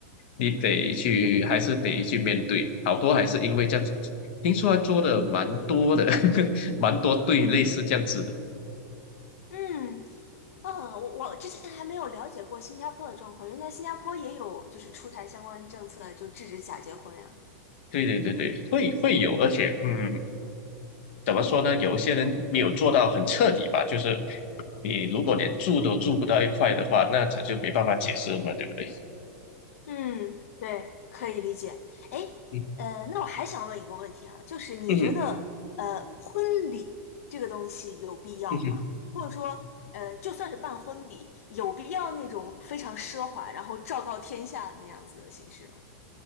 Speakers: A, on the left (about 45°); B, on the left (about 65°).
A: 你得去还是得去面对，好多还是因为这样子，听说他做的蛮多的，<laughs> 蛮多对类似这样子的，
B: 嗯，嗯，我我之前还没有了解过新加坡的状况，原来新加坡也有就是出台相关政策，就制止假结婚呀。
A: 对对对对，会会有，而且嗯。怎么说呢？有一些人没有做到很彻底吧，就是你如果连住都住不到一块的话，那这就没办法解释了嘛，对不对？
B: 嗯，对，可以理解。哎，
A: 嗯
B: 呃，那我还想问一个问题啊，就是你觉得，
A: 嗯
B: 呃，婚礼这个东西有必要吗？
A: 嗯
B: 或者说，呃，就算是办婚礼，有必要那种非常奢华，然后昭告天下的那样子的形式吗？